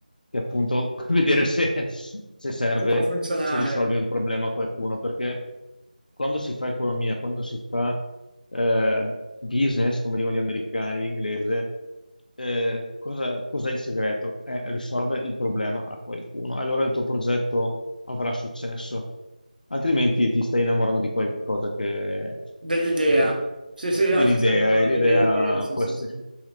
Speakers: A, on the left; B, on the right.
A: che è appunto <laughs> vedere se, se serve,
B: se può funzionare,
A: se risolve un problema a qualcuno, perché quando si fa economia, quando si fa eh, business, come dicono gli americani in inglese, eh, cosa- cos'è il segreto? È risolvere il problema a qualcuno. Allora il tuo progetto avrà successo, altrimenti ti stai innamorando di qualcosa che,
B: dell'idea.
A: che-
B: Sì, sì,
A: dell'idea
B: no, ti stai innamorando
A: e l'idea
B: dell'idea, sì,
A: può
B: sì,
A: essere.
B: sì.